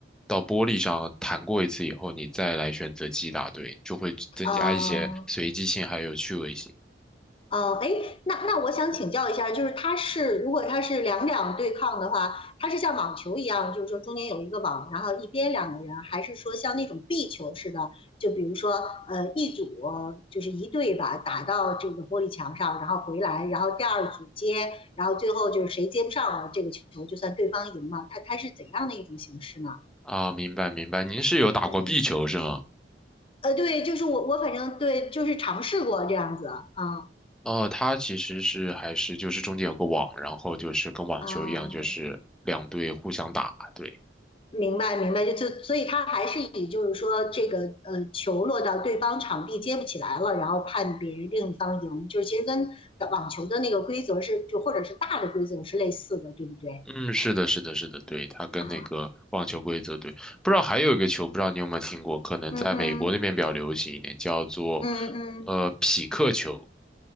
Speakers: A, in the centre; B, on the left (about 30°).
A: 到玻璃上弹过一次以后，你再来选择击打，对，就会增加一些随机性还有趣味性。
B: 啊。哦，哎，那那我想请教一下，就是它是如果它是两两对抗的话，它是像网球一样，就是说中间有一个网，然后一边两个人，还是说像那种壁球似的，就比如说呃一组就是一队吧，打到这个玻璃墙上，然后回来，然后第二组接，然后最后就是谁接不上了这个球，就算对方赢了。它它是怎样的一种形式呢？
A: 啊，明白明白，您是有打过壁球是吗？
B: 嗯，呃，对，就是我我反正对，就是尝试过这样子啊
A: 哦，它其实是还是就是中间有个网，然后就是跟网球一样，
B: 啊。
A: 就是两队互相打。对，
B: 明白，明白，就就所以他还是以就是说这个呃球落到对方场地接不起来了，然后判别另一方赢，就是其实跟网球的那个规则是就或者是大的规则是类似的，对不对？
A: 嗯，是的，是的，是的，对，它跟那个网球规则对。
B: 啊，
A: 不知道还有一个球，不知道你有没有听过，可能在美国那边比较流行一点，
B: 嗯嗯
A: 叫做
B: 嗯嗯，
A: 呃匹克球。